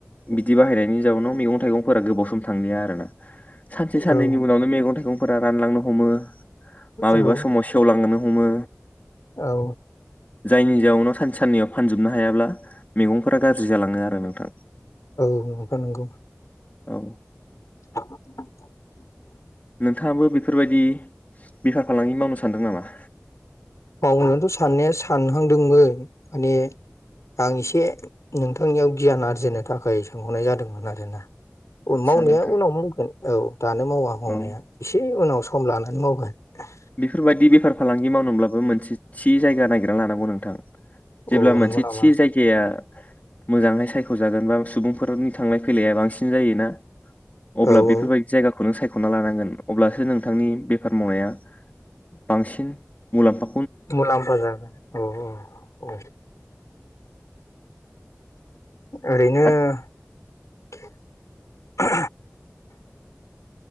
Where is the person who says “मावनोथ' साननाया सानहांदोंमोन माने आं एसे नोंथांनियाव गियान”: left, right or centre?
Left